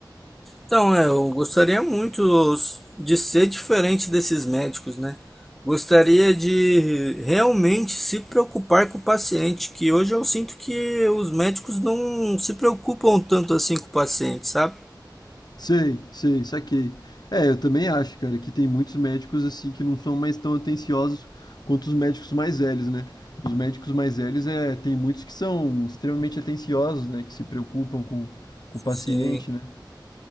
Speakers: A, in the centre; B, on the left.
A: Então, é, eu gostaria muito s- de ser diferente desses médicos, né? Gostaria de realmente se preocupar com o paciente, que hoje eu sinto que os médicos não se preocupam tanto assim com o paciente, sabe?
B: Sei, sei, saquei. É, eu também acho, cara, que tem muitos médicos assim que não são mais tão atenciosos quanto os médicos mais velhos, né? Os médicos mais velhos é, tem muitos que são extremamente atenciosos, né? Que se preocupam com, com o paciente,
A: Sim.
B: né?